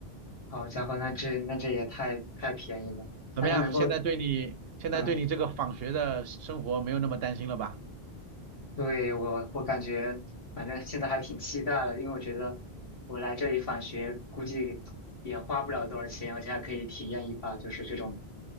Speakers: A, on the left; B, on the right.
A: 好家伙，那这那这也太太便宜了。
B: 怎么样？
A: 那它能够，
B: 现在对你现在对你这个访学的生活没有那么担心了吧？
A: 嗯，对，我我感觉，反正现在还挺期待的，因为我觉得我来这里返学，估计也花不了多少钱，而且还可以体验一把就是这种，